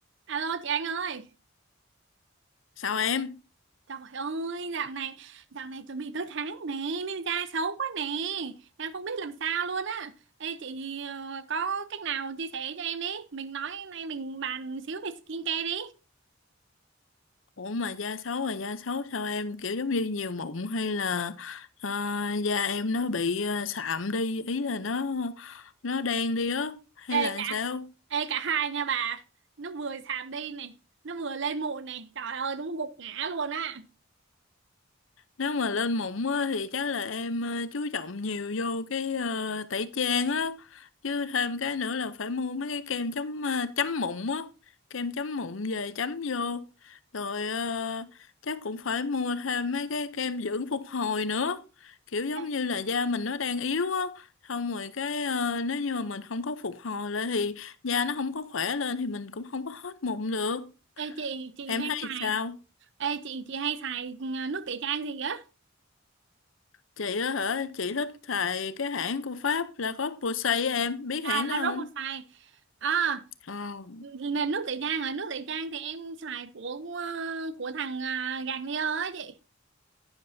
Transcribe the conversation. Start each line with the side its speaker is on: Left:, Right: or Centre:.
Right: Alo chị Anh ơi
Left: sao em
Right: Trời ơi dạo này Dạo này chuẩn bị tới tháng nè Nên da xấu quá nè Đang không biết làm sao luôn á Ê chị ờ, có cách nào chia sẻ cho em đi Mình nói nay mình bàn xíu về skincare đi
Left: ủa mà da xấu là da xấu sao em kiểu giống như nhiều mụn hay là ờ, da em nó bị ờ, sạm đi ý là nó nó đen đi á hay
Right: Ê
Left: là
Right: cả,
Left: sao
Right: ê, cả hai nha bà Nó vừa sạm đi này Nó vừa lên mụn này Trời ơi đúng gục ngã luôn á
Left: Nếu mà lên mụn á, thì chắc là em ờ, chú trọng nhiều vô cái ờ, tẩy trang á. Chứ thêm cái nữa là phải mua mấy cái kem chống ờ, chấm mụn á. Kem chấm mụn về chấm vô. Rồi ờ, chắc cũng phải mua thêm mấy cái kem dưỡng phục hồi nữa. Kiểu giống
Right: Ê
Left: như là da mình nó đang yếu á. Xong rồi cái ờ, nếu như mà mình không có phục hồi lại thì da nó không có khỏe lên thì mình cũng không có hết mụn được.
Right: ê, chị chị
Left: Em
Right: hay
Left: thấy
Right: xài
Left: sao?
Right: Ê chị chị hay xài ừ, nước tẩy chay gì á
Left: Chị á hả? Chị thích xài cái hãng của Pháp là có Posay á em. Biết
Right: À
Left: hãng đó không?
Right: là Roboxai À
Left: Ờ,
Right: là nước tẩy trang à nước tẩy trang thì em xài của ờ, của thằng à, gạt đi á chị